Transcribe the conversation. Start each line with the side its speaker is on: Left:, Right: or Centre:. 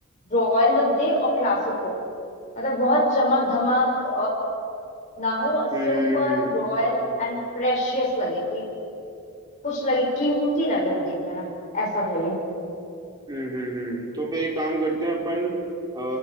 Left: रॉयल लुक दे और क्लासिक हो मतलब बहुत चमक धमक ना हो सिंपल
Right: हम्म हम्म, हम्म।
Left: रॉयल एंड प्रेशियस लगे कि कुछ लगे कीमती लगे हम देखने में ऐसा चाहिए
Right: हम्म हम्म हम्म। तो फिर एक काम करते हैं अपन अ,